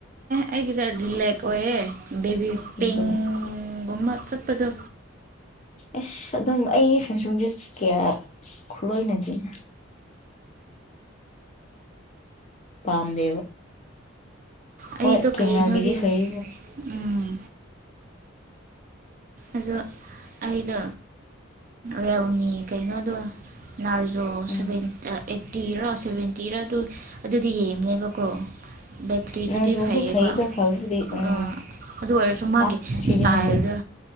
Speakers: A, on the right; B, on the left.
A: ꯑꯩꯒꯤꯗꯔꯤ ꯂꯦꯛ ꯑꯣꯏꯌꯦꯦ ꯕꯤꯕꯤ ꯄꯤꯡ
B: ꯕ꯭ꯂꯦꯛ
A: ꯃ ꯆꯠꯄꯗꯣ
B: ꯑꯁ ꯑꯗꯨꯝ ꯑꯩꯒꯤ ꯁꯨꯡ ꯁꯨꯡꯁꯦ ꯀꯌꯥ ꯈꯨꯠꯂꯣꯏꯅꯗꯣꯏꯅ ꯄꯥꯝꯗꯦꯕ
A: ꯑꯩꯗꯣ
B: ꯍꯣꯏ ꯀꯦꯃꯦꯔꯥꯒꯤꯗꯤ
A: ꯀꯩꯅꯣꯗꯤ
B: ꯐꯩ
A: ꯎꯝ ꯑꯗꯣ ꯑꯩꯗꯣ ꯔꯥꯎꯅꯤ ꯀꯩꯅꯣꯗꯣ ꯅꯔꯖꯣ
B: ꯎꯝ
A: ꯁꯚꯦꯟꯇ ꯑꯩꯠꯇꯤꯔꯣ ꯁꯚꯦꯟꯇꯤꯔ ꯑꯗꯨ ꯑꯗꯨꯗꯤ ꯌꯦꯡꯅꯦꯕꯀꯣ ꯕꯦꯇ꯭ꯔꯤꯗꯨꯗꯤ
B: ꯅꯔꯖꯣꯁꯨ
A: ꯐꯩꯌꯦꯕ
B: ꯐꯩꯗ ꯐꯕꯕꯨꯗꯤ ꯎꯝ
A: ꯑ ꯑꯗꯨ ꯑꯣꯏꯔꯁꯨ ꯃꯥꯒꯤ
B: ꯄꯥꯛ ꯁꯤꯖꯤꯟꯅꯗꯦ
A: ꯏꯁꯇꯥꯏꯜꯗ